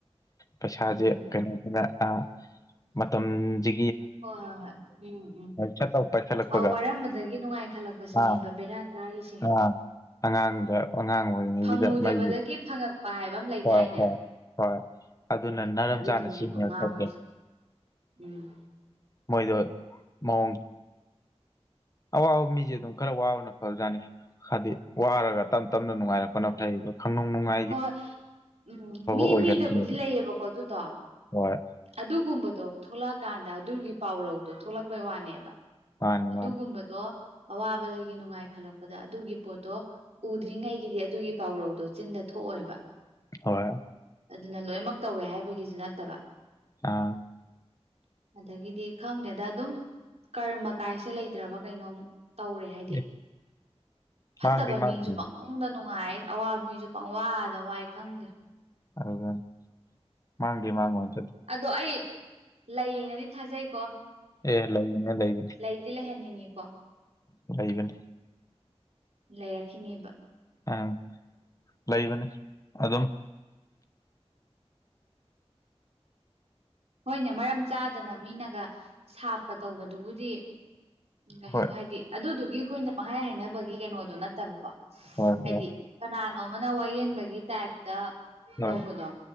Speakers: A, on the left (about 30°); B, on the right (about 70°).
A: ꯄꯩꯁꯥꯖ‌ꯦ
B: ꯎꯝ
A: ꯀꯩꯅꯣꯁꯤꯅ ꯑꯩ ꯃꯇꯝꯖꯤ
B: ꯍꯣꯏ ꯍꯣꯏ ꯍꯣꯏ ꯎꯝ ꯎꯝ
A: ꯁꯠ ꯂꯥꯎ ꯄꯥꯏꯈꯠꯂꯛꯄꯒ
B: ꯑ ꯋꯥꯔꯝꯕꯗꯒꯤ ꯅꯨꯡꯉꯥꯏ ꯈꯠꯂꯛꯄ ꯁꯤꯅꯦꯕ
A: ꯑꯥ
B: ꯕꯦꯔꯥ ꯀꯔꯤꯁꯦ
A: ꯑꯥ ꯑꯉꯥꯡꯗ ꯑꯉꯥꯡ ꯑꯣꯏꯔꯤꯉꯩꯒꯤꯗ
B: ꯐꯪꯉꯨꯗꯕꯗꯒꯤ
A: ꯃꯩꯁ
B: ꯐꯪꯉꯛꯄ ꯍꯥꯏꯕ ꯑꯃ ꯂꯩꯗꯥꯏꯅꯦ
A: ꯍꯣꯏ ꯍꯣꯏ ꯍꯣꯏ ꯑꯗꯨꯅ ꯅꯔꯝ
B: ꯑꯗꯨꯗꯨꯅꯦꯕ
A: ꯆꯥꯅ ꯁꯤꯅ
B: ꯉꯥꯎꯔꯤꯁꯦ
A: ꯇꯧꯒꯦ
B: ꯎꯝ
A: ꯃꯣꯏꯗꯣ ꯃꯑꯣꯡ ꯑꯋꯥꯕ ꯃꯤꯖ‌ꯦ ꯑꯗꯨꯝ ꯈꯔ ꯋꯥꯕꯅ ꯐꯕꯖꯥꯠꯅꯤ ꯍꯥꯏꯗꯤ ꯋꯥꯔꯒ ꯇꯞ ꯇꯞꯅ ꯅꯨꯡꯉꯥꯏꯔꯛꯄꯅ ꯐꯩꯕ ꯈꯪ ꯅꯨꯡ ꯅꯨꯡꯉꯥꯏ
B: ꯍꯣꯏ ꯎꯝ ꯃꯤ
A: ꯑꯣꯏꯒꯟꯗꯦꯕ
B: ꯃꯤꯗꯕꯨꯗꯤ ꯂꯩꯌꯦꯕꯀꯣ ꯑꯗꯨꯗꯣ
A: ꯍꯣꯏ
B: ꯑꯗꯨꯒꯨꯝꯕꯗꯣ ꯊꯣꯛꯂꯛꯑꯀꯥꯟꯗ ꯑꯗꯨꯒꯤ ꯄꯥꯎꯔꯧꯗꯣ ꯊꯣꯛꯂꯛꯄꯩ ꯋꯥꯅꯦꯕ
A: ꯃꯥꯅꯤ
B: ꯑꯗꯨꯒꯨꯝꯕꯗꯣ
A: ꯃꯥꯅꯤ
B: ꯑꯋꯥꯕꯗꯒꯤ ꯅꯨꯡꯉꯥꯏ ꯈꯠꯂꯛꯄꯗ ꯑꯗꯨꯒꯤ ꯄꯣꯠꯇꯣ ꯎꯗ꯭ꯔꯤꯉꯩ ꯒꯤꯗꯤ ꯑꯗꯨꯒꯤ ꯄꯥꯎꯔꯧꯗꯣ ꯆꯤꯟꯗ ꯊꯣꯛꯑꯣꯏꯕ
A: ꯍꯣꯏ
B: ꯑꯗꯨꯅ ꯂꯣꯏꯃꯛ ꯇꯧꯋꯦ ꯍꯥꯏꯕꯒꯤꯖꯨ ꯅꯠꯇꯕ
A: ꯑꯥ
B: ꯑꯗꯒꯤꯗꯤ ꯈꯪꯗꯦꯗ ꯑꯗꯨꯝ ꯀꯔꯃ ꯀꯥꯏꯁꯦ ꯂꯩꯇ꯭ꯔꯕ ꯀꯩꯅꯣꯝ ꯇꯧꯔꯦ ꯍꯥꯏꯗꯤ
A: ꯑꯦ
B: ꯐꯠꯇꯕ
A: ꯃꯥꯡꯗꯤ ꯃꯥꯡꯗꯦ
B: ꯃꯤꯁꯨ ꯄꯪꯅꯨꯡ ꯄꯨꯡꯗ ꯅꯨꯡꯉꯥꯏ ꯑꯋꯥꯕ ꯃꯤꯖꯨ ꯄꯪ ꯋꯥꯗ ꯋꯥꯏ ꯈꯪꯗꯦ
A: ꯍꯗ ꯃꯥꯥꯡꯗꯤ ꯃꯥꯥꯡ ꯉ‌ꯣꯏ
B: ꯑꯗꯣ ꯑꯩ ꯂꯩꯌꯦꯅꯗꯤ ꯊꯥꯖꯩꯀꯣ
A: ꯑꯦ ꯂꯩꯕꯅꯦ ꯂꯩꯕꯅꯦ
B: ꯑꯩꯗꯤ ꯂꯩꯍꯟꯅꯤꯡꯉꯤꯀꯣ
A: ꯂꯩꯒꯅꯤ
B: ꯂꯩꯔꯛꯈꯤꯅꯦꯕ
A: ꯎꯝ ꯂꯩꯕꯅꯤ ꯑꯗꯨꯝ
B: ꯍꯣꯏꯅꯦ ꯃꯔꯝ ꯆꯥꯗꯅ ꯃꯤꯅꯒ ꯁꯥꯞꯀ ꯇꯧꯕꯗꯨꯕꯨꯗꯤ ꯀꯩꯁꯨ
A: ꯍꯣꯏ
B: ꯍꯥꯏꯗꯤ ꯑꯗꯨꯗꯨꯒꯤ ꯑꯩꯈꯣꯏꯅ ꯄꯪꯍꯥꯏ ꯍꯥꯏꯅꯕꯒꯤ ꯀꯩꯅꯣꯗꯣ ꯅꯠꯇꯕꯀꯣ
A: ꯍꯣꯏ
B: ꯍꯥꯏꯗꯤ
A: ꯍꯣꯏ
B: ꯀꯅꯥꯅꯣ ꯃꯅ ꯋꯥꯌꯦꯟꯕꯒꯤ ꯇꯥꯏꯞꯇ
A: ꯍ‌ꯣꯏ
B: ꯇꯧꯕꯗꯣ